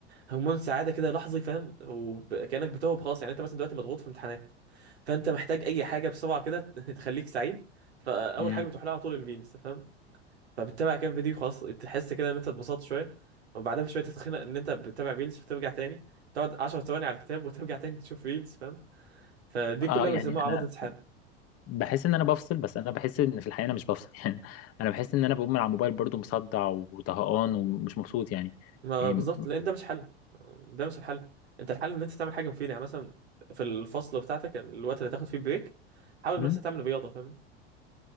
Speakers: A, on the right; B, on the left.
A: هرمون سعاده كده لحظي فاهم وكانك بتهرب خلاص يعني انت مثلا دلوقتي مضغوط في امتحانات فانت محتاج اي حاجه بسرعه كده <laughs> تخليك سعيد فاول
B: امم
A: حاجه بتروح لها على طول الريلز فاهم فبتتابع كام فيديو خلاص تحس كده ان انت اتبسطت شويه وبعدها بشويه تتخنق ان انت بتتابع ريلز فترجع تاني تقعد 10 ثواني على الكتاب وترجع تاني تشوف ريلز فاهم فدي
B: اه
A: كلها
B: يعني
A: بيسموها عبط
B: انا
A: انسحاب
B: بحس ان انا بفصل بس انا بحس ان في الحقيقه انا مش بفصل <laughs> يعني انا بحس ان انا بقوم من على الموبايل برضو مصدع وطهقان ومش مبسوط يعني
A: ما
B: يعني
A: بالظبط لان ده مش حل ده مش الحل انت الحل ان انت تعمل حاجه مفيده يعني مثلا في الفصل بتاعتك الوقت اللي هتاخد فيه بريك حاول
B: مم.
A: مثلا تعمل رياضه فاهم